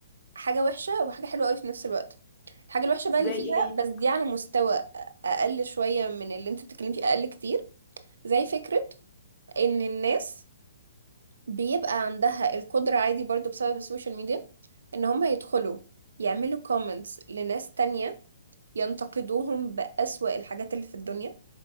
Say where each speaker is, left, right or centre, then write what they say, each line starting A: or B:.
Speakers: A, on the right; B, on the left.
A: حاجة وحشة وحاجة حلوة قوي في نفس الوقت الحاجة الوحشة
B: زي
A: بقى اللي فيها
B: ايه هي
A: بس دي على مستوى أقل شوية من اللي انت بتتكلمي فيه أقل كتير زي فكرة إن الناس بيبقى عندها القدرة عادي برضو بسبب السوشيال ميديا ان هم يدخلوا يعملوا كومنتس لناس تانية ينتقدوهم بأسوأ الحاجات اللي في الدنيا